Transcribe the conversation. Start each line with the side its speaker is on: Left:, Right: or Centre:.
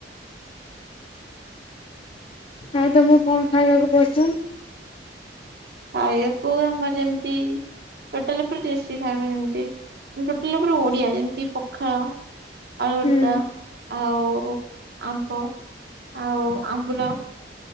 Left: ଆଉ ତମକୁ କଣ ଖାଇବାକୁ ପସନ୍ଦ?
Right: ଖାଇବାକୁ ଆମର ଯେମିତି। ଟୋଟାଲ ଉପରେ ଦେଶୀ ଖାଇବା ଯେମିତି ଟୋଟାଲ ଉପରେ ଓଡିଆ ଯେମିତି ପଖାଳ। ଆଳୁଭର୍ତ୍ତା
Left: ହୁଁ।
Right: ଆଉ ଆମ୍ବ ଆଉ ଆମ୍ବୁଲ।